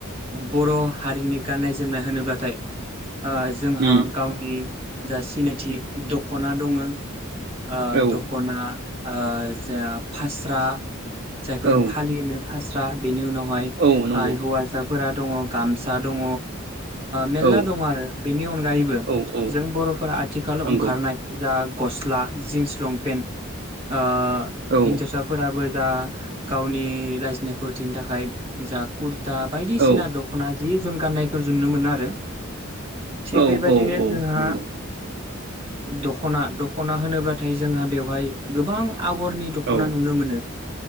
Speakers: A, on the right; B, on the right.
A: बर' हारिनि गाननाय जोमनाय होनोब्लाथाय जोंहा
B: उम
A: गावनि जा सिनायथि दख'ना दङ। आ
B: औ
A: दखना आ जों फास्रा जायखौ
B: औ
A: जों फालि होनो फासि थ्रा बेनि उनाव
B: औ नंगौ
A: हौवासाफोरा दङ गामसा दङ मेलला
B: औ
A: दङ आरो बेनि अनगायैबो
B: औ औ
A: जों बर'फोरा आथिखालाव
B: नंगौ
A: ओंखारनाय जा गस्ला जिन्स लंपेन्ट ओ
B: औ
A: हिनजावसाफोराबो जा गावनि लाजिनायखौ होथिनो थाखाय जा कुर दा बायदिसिना
B: औ
A: दख'ना जि जोम गान्नायखौ जुनो मोनो आरो थिग
B: औ
A: बेबायदिनो
B: औ औ
A: जोंहा
B: नंगौ
A: दख'ना दख'ना होनोब्लाथाय जोंहा बेवहाय गोबां आगरनि दख'ना
B: औ
A: नुनो मोनो।